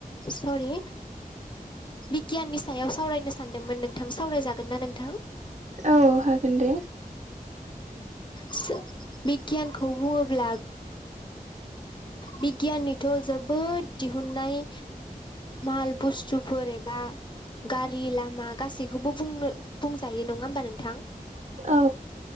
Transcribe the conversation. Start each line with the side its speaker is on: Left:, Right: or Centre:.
Left: सररि बिगियाननि सायाव सावरायनो सानदोंमोन नोंथां सावरायजागोन ना नोंथां?
Right: औ हागोन दे।
Left: सो बिगियानखौ बुङोब्ला बिगियाननिथ' जोबोद दिहुनाय माल बुस्थुफोर एबा गारि लामा गासैखौबो बुंनो बुं जायो नङा होमबा नोंथां?
Right: औ